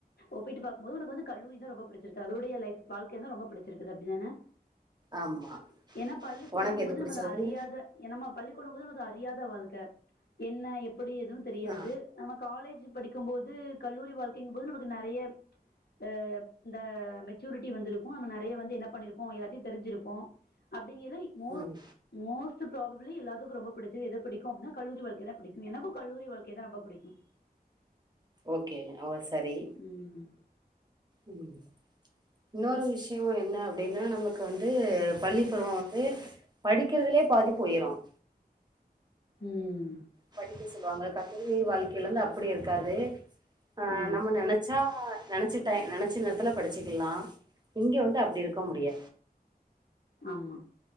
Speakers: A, on the left (about 80°); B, on the right (about 25°).
A: ஒப்பிட்டு பாக்கும் போது உனக்கு வந்து கல்லூரி தா ரொம்ப பிடிச்சிருக்கு அதொடைய லைப் வாழ்க்கை தா ரொம்ப புடிச்சிருக்குது அப்டிதானே
B: ஆமா
A: ஏன்னா பள்ளிக்கூடங்கும்போது
B: உனக்கு எது பிடிச்சிருக்கு
A: நம அத அறியாத ஏனம் பள்ளிக்கூடும் அறியாத வாழ்க்கை என்ன எப்ப எப்படி எதுவும் தெரியாது
B: ஆ
A: நம்ம காலேஜ் படிக்கும்போது கல்லூரி வாழ்க்க போது நமக்கு நெறைய அ இந்த மெச்சூரிடி வந்துருக்கும் நம்ம நெறைய என்ன பண்ணிருப்போம் எல்லாத்தையும் தெரிஞ்சிருப்போம் அப் <unintelligible> மோர்
B: ம்
A: மோஸ்ட் பராபப்லி எல்லாத்துக்கும் ரொம்ப பிடிச் எத பிடிக்கும் அப்படின்னா கல்லூரி வாழ்க்கைதா பிடிக்கும் எனக்கும் கல்லூரி வாழ்க்கையைதா ரொம்ப பிடிக்கும்
B: ஓகே அவ சரி
A: ம்
B: உம் இன்னொரு விஷயம் என்ன அப்படின்னா நமக் வந்து
A: ம்
B: பள்ளிப்பருவம் ம் படிக்கறதுலே பாதி போயிரும்
A: உம்ஹூம்
B: படிக்க சொல்லுவாங்க கஷ் வாழ்க்கையில இருந்து அப்படி இருக்காது ஆங்
A: ஆ
B: நம நனச்சா நினைச்சுட்டே நினைச்ச நேரத்துல படிச்சக்கலாம் இங்க வந்து அப்படி இருக்க முடிய
A: ஆமா